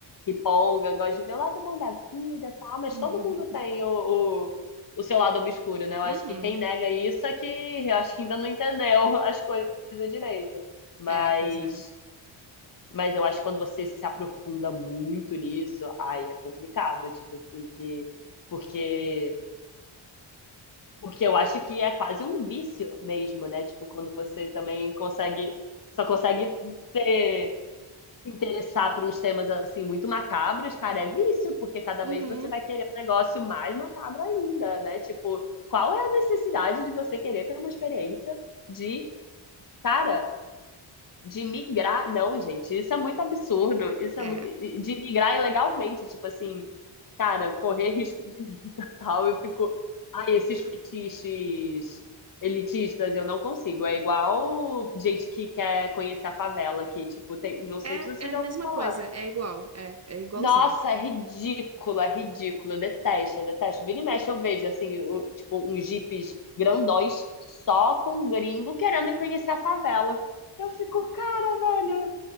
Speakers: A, on the left; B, on the right.
A: riponga, gosto de ver o lado bom da vida e tal, mas
B: <laughs>
A: todo mundo tem o, o, o seu lado obscuro, né? Eu
B: Uhum.
A: acho que quem nega isso é que. Eu acho que ainda não entendeu <laughs> as coisas direito. Mas.
B: É, pois é.
A: Mas eu acho que quando você se aprofunda muito nisso, ai é complicado, tipo assim, que. Porque. Porque eu acho que é quase um vício mesmo, né? Tipo, quando você também consegue, só consegue ter, se interessar por uns temas assim muito macabros, cara, é vício, porque cada
B: Uhum.
A: vez você vai querer um negócio mais macabro ainda, né? Tipo, qual é a necessidade de você querer ter uma experiência de, cara, de migrar? Não, gente, isso é muito absurdo. Isso
B: É.
A: é muito, de migrar ilegalmente, tipo assim, cara, correr risco de vida, <laughs> tal. Eu fico, ai, esses fetiches elitistas eu não consigo. É igual gente que quer conhecer a favela aqui, tipo, tem, não sei
B: É,
A: se você
B: é
A: já
B: a mesma
A: ouviu falar.
B: coisa, é igual, é, é igualzinho.
A: Nossa, é ridículo, é ridículo. Eu detesto, eu detesto. Vira e mexe eu vejo assim, o- tipo, uns jipes grandões só com um gringo querendo conhecer a favela. Eu fico, cara, velho.